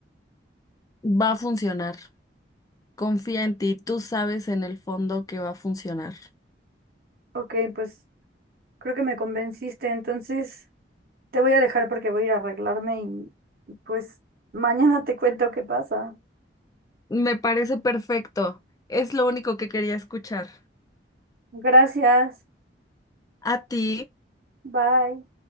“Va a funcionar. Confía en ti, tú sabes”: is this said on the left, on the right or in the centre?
Left